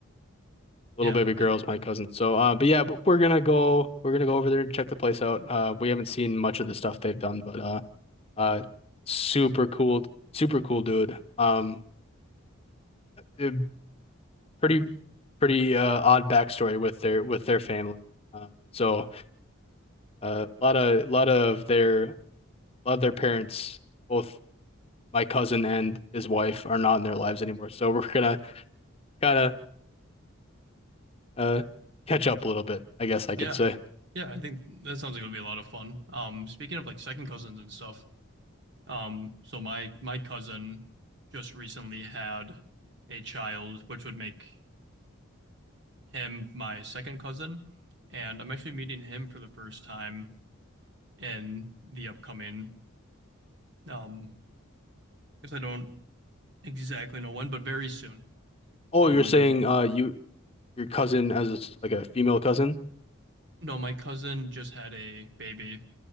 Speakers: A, on the left (about 25°); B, on the right (about 55°).
A: little
B: yeah.
A: baby girl's my cousin. So, uh, but yeah, but we're gonna go we're gonna go over there and check the place out. Uh, we haven't seen much of the stuff they've done, but uh, uh, super cool, super cool dude. Um, eh, pretty pretty uh odd backstory with their with their family. Uh, so. Uh, a lot of lot of their a lot of their parents, both my cousin and his wife, are not in their lives anymore. So <laughs> we're gonna kind of uh catch up a little bit, I guess I could
B: Yeah.
A: say.
B: Yeah, I think that sounds like it would be a lot of fun. Um, speaking of like second cousins and stuff, um, so my my cousin just recently had a child, which would make him my second cousin, and I'm actually meeting him for the first time in the upcoming, um, I guess I don't exactly know when, but very soon.
A: Oh,
B: Um,
A: you're
B: I'll
A: saying
B: be,
A: uh you your cousin as a s like a female cousin?
B: no, my cousin just had a baby.